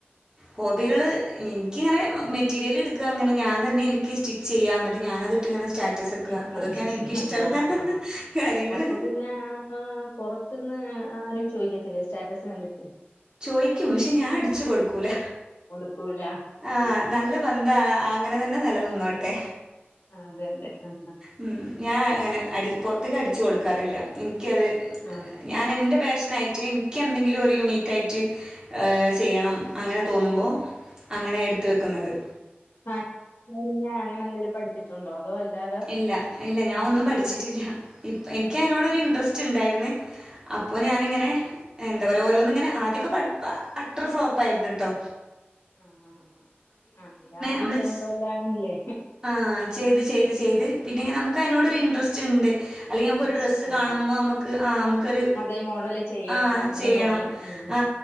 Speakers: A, on the right; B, on the left.
A: ഹോബികൾ എനിക്കിങ്ങനെ മെറ്റീരിയൽ എടുക്കുക അങ്ങനെ ഞാൻ തന്നെ എനിക്ക് സ്റ്റിച്ച് ചെയ്യാം എന്നിട്ട് ഞാനതിട്ട് ഇങ്ങനെ സ്റ്റാറ്റസ് വെക്കുക
B: ഇട്ട്
A: അതൊക്കെയാണ് എനിക്കിഷ്ടമുള്ള
B: ആ
A: കാര്യങ്ങള്
B: അപ്പൊ പിന്നെ പൊറ ത്ത്ന്ന് ആരും ചോദിക്കത്തില്ലേ സ്റ്റാറ്റസ് കണ്ടിട്ട്
A: ചോയ്ക്കും പക്ഷെ ഞാൻ അടിച്ചു കൊടുക്കൂല
B: കൊടുക്കൂല
A: ആഹ് നല്ല ബദ്ധാ അങ്ങനെ തന്നെ നില നിന്നോട്ടെ
B: ആഹ് അതെ അതെ ആഹ്
A: ഉം ഞാൻ അങ്ങനെ പുറത്തേക്ക് അടിച്ചു കൊടുക്കാറില്ല എനിക്കത്
B: ആഹ്
A: ഞാൻ എന്റെ ഫാഷൻ ആയിട്ട് എനിക്ക് എന്തെങ്കിലും ഒരു യുണീക്കായിട്ട് ചെയ്യണം അങ്ങനെ തോന്നുമ്പോൾ അങ്ങനെ എടുത്ത വെക്കുന്നത്
B: ആഹ് <unintelligible> അങ്ങനെ എന്തെങ്കിലും പഠിച്ചിട്ടുണ്ടോ അതോ അല്ലാതെ
A: ഇല്ല ഇല്ല ഞാൻ
B: ഉം
A: ഒന്നും പഠിച്ചിട്ടില്ല ഇപ്പ എനിക്ക് അതിനോട് ഒരു ഇൻട്രസ്റ്റ് ഉണ്ടായിരുന്നു അപ്പോൾ ഞാനിങ്ങനെ
B: ഉം ഉം
A: എന്താ പറയാ ഓരോന്നിങ്ങനെ ആദ്യമൊക്കെ അറ്റർ ഫ്ലോപ്പ് ആയിരുന്നു കേട്ടോ
B: ആ ആ ആ ആ ആ അല്ല ആദ്യ
A: നമ്മള്
B: ചെയ്യുമ്പോ എല്ലാം അങ്ങനല്ലേ
A: ആ ചെയ്ത് ചെയ്ത് ചെയ്ത് പിന്നെങ്കി നമുക്ക് അയ്നോട് ഒര് ഇൻട്രസ്റ്റ് ഇണ്ട് അല്ലെങ്കി നമ്മക്ക്
B: ജസ്റ്റ്
A: ഒര് ഡ്രസ്സ്
B: ആ
A: കാണുമ്പ അമ്മക്ക് ആ അമ്മക്ക് ഒര്
B: അതേ മോഡല് ചെയ്യണം
A: ആ
B: എന്ന്
A: ചെയ്യണം
B: തോന്നും ഉം
A: ആ